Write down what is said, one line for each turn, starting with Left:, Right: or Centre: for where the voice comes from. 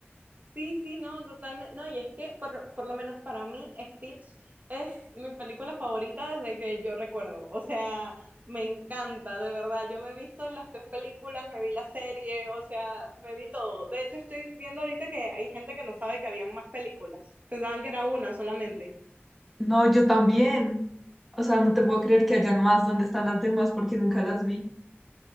Right: sí, sí, no, totalmente. No, y es que por, por lo menos para mí Stitch es mi película favorita desde que yo recuerdo. O sea, me encanta, de verdad. Yo me he visto las tres películas, me vi la serie, o sea, me vi todo. De hecho, estoy viendo ahorita que hay gente que no sabe que habían más películas. Pensaban que era una solamente.
Centre: No, yo también. O sea, no te puedo creer que hayan más ¿Dónde están las demás porque nunca las vi.